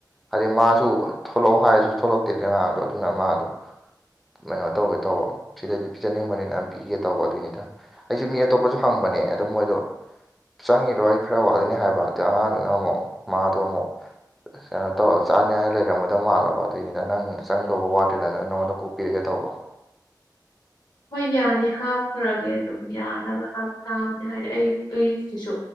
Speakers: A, in the centre; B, on the left.
A: ꯍꯥꯏꯗꯤ ꯃꯥꯁꯨ ꯊꯣꯛꯂꯛꯑꯣ ꯍꯥꯏꯔꯁꯨ ꯊꯣꯛꯂꯛꯇꯦꯗ ꯑꯉꯥꯡꯗꯣ ꯑꯗꯨꯅ ꯃꯥꯗꯣ ꯀꯩꯅꯣ ꯇꯧꯒꯦ ꯇꯧꯕ ꯁꯤꯗꯗꯤ ꯄꯤꯖꯅꯤꯡꯕꯅꯤꯅ ꯌꯥꯝ ꯄꯤꯒꯦ ꯇꯧꯕ ꯑꯗꯨꯏꯅꯤꯗ ꯑꯩꯁꯨꯦ ꯃꯤ ꯑꯇꯣꯞꯄꯁꯨ ꯍꯪꯕꯅꯦ ꯑꯗꯨ ꯃꯣꯏꯗꯣ ꯆꯪꯉꯤꯔꯣꯏ ꯈꯔ ꯋꯥꯠꯂꯤꯅꯤ ꯍꯥꯏꯕ ꯑꯗꯣ ꯑꯉꯥꯡꯗꯨꯗ ꯃꯣ ꯃꯥꯗꯨꯃꯣ ꯀꯩꯅꯣ ꯇꯧꯔ ꯆꯥꯅꯤꯉꯥꯏ ꯂꯩꯔꯝꯃꯗ ꯃꯥꯜꯂꯕ ꯑꯗꯨꯏꯅꯤꯗ ꯅꯪ ꯆꯪꯗꯧꯕ ꯋꯥꯠꯇꯦꯗ ꯅꯪ ꯅꯉꯣꯟꯗ ꯀꯣꯛꯄꯤꯔꯒꯦ ꯇꯧꯕ
B: ꯍꯣꯏ ꯌꯥꯅꯤ ꯍꯥꯞꯈ꯭ꯔꯒꯦ ꯑꯗꯨꯝ ꯌꯥꯅꯕ ꯍꯥꯞ ꯇꯥꯝꯅꯦ ꯍꯥꯏꯗꯤ ꯑꯩ ꯑꯩꯁꯤꯁꯨ